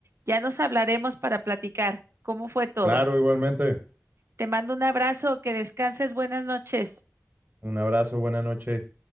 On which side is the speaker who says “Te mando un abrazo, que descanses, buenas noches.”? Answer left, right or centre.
Right